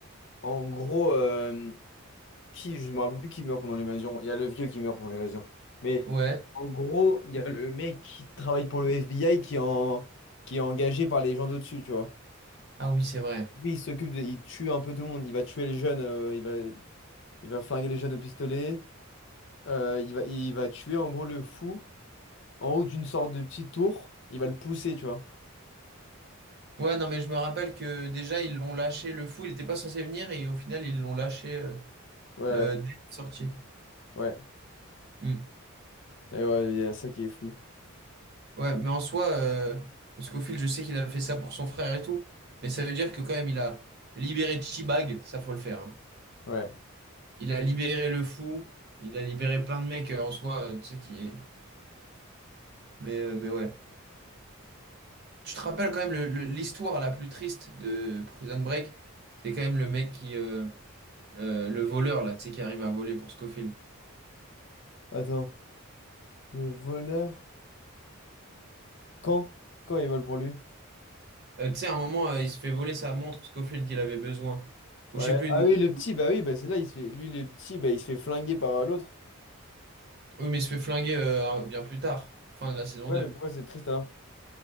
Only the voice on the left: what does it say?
en gros euh, Qui, je me rappelle plus qui meurt pendant l'évasion. Il y a le vieux qui meurt pendant l'évasion. Mais
en gros, il y a le mec qui travaille pour le FBI qui est, en- qui est engagé par les gens d'au-dessus, tu vois.
Lui, il s'occupe de... Il tue un peu tout le monde. Il va tuer les jeunes. euh, il va... il va flinguer les jeunes au pistolet. Euh, il va... il va tuer, en gros, le fou en haut d'une sorte de petite tour. Il va le pousser, tu vois.
Ouais,
ouais.
Et ouais, il y a ça qui est fou.
Ouais.
Attends. Le voleur... Quand? Quand il vole pour lui?
Ouais.
Ah
oui, le petit, bah oui, bah c'est là, il se fait... lui, le petit, bah il se fait flinguer par euh, l'autre.
Ouais,
mais pourquoi c'est triste alors?